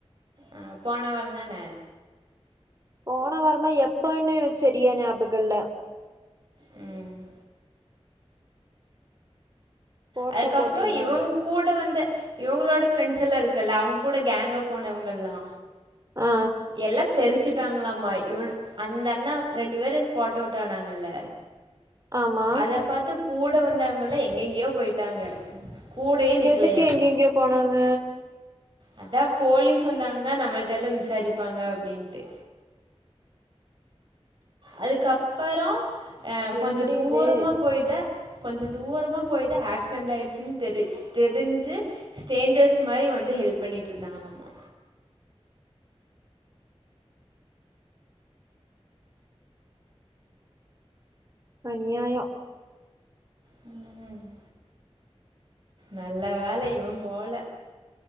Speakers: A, on the right; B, on the right.
A: ஆ போன வாரம்தான
B: போன வாரமா எப்பன்னு எனக்கு செரியா ஞாபகம் இல்ல
A: ம்
B: போட்டோ
A: அதுக்கப்றோ
B: போட்டிருந்தாங்க
A: இவங் கூட வந்த இவங்களோட ஃப்ரெண்ட்ஸ் எல்லா இருக்குல்ல அவங்க கூட கேங்கா போனவங்கள்லா
B: ஆ
A: எல்லா தெரிச்சுட்டாங்களாமா இவன அந்த அண்ணா ரெண்டு பேரும் ஸ்பாட் அவுட் ஆனாங்கல்ல
B: ஆமா
A: அத பாத்து கூட வந்தவங்கல்லா எங்கெங்கயோ போயிட்டாங்க கூடயே நிக்கலையாமா
B: எதுக்கு எங்க எங்கயே போனாங்க
A: அதா போலீஸ் வந்தாங்கன்னா நம்மள்ட்ட எல்லா விசாரிப்பாங்க அப்படின்ட்டு அதுக்கப்பறோ அ
B: என்னடி
A: கொஞ்ச தூரமா
B: இது
A: போய்தா கொஞ்ச தூரமா போயிதா ஆக்சிடென்ட் ஆயிடுச்சுனு தெரி தெரிஞ்சு ஸ்டேஞ்சர்ஸ் மாரி வந்து ஹெல்ப் பண்ணிட்டு இருந்தாங்கலமா
B: அநியாய
A: ம் நல்ல வேல இவ போல